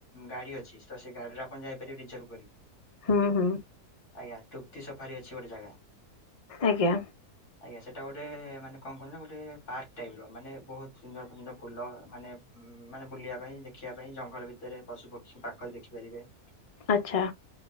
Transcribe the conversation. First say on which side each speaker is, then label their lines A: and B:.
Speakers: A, on the left; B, on the left.
A: ଗାଡ଼ି ଅଛି ତ ସେ ଗାଡ଼ିରେ ଆପଣ ଯାଇପାରିବେ ରିଜର୍ଭ କରିକି। <inaudible>
B: ହୁଁ ହୁଁ।
A: ଆଜ୍ଞା ତୃପ୍ତି ସଫାରି ଅଛି ଗୋଟେ ଜାଗା।
B: ଆଜ୍ଞା।
A: ଆଜ୍ଞା ସେଟା ଗୋଟେ ମାନେ କଣ କୁହନ୍ତି ନା ଗୋଟେ ପାର୍କ ଟାଇପ୍ ର ମାନେ ବହୁତ ସୁନ୍ଦର ସୁନ୍ଦର ଫୁଲ ମାନେ ହଁ ମାନେ ବୁଲିବା ପାଇଁ ଦେଖିବା ପାଇଁ ଜଙ୍ଗଲ ଭିତରେ ପଶୁ ପକ୍ଷୀଙ୍କୁ ପାଖରେ ଦେଖିପାରିବେ। <inaudible>
B: ଆଚ୍ଛା